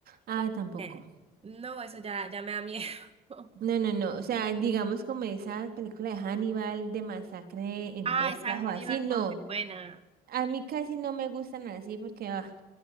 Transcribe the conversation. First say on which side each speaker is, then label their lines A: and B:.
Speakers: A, on the right; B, on the right.
A: Ah,
B: porque
A: tampoco.
B: no, eso ya, ya me da miedo. <laughs>
A: No, no, no. O sea, digamos como esas películas de Hannibal, de Masacre en
B: Ah,
A: Texas
B: esa de Hannibal
A: o así, no.
B: fue muy buena.
A: A mí casi no me gustan así porque ah,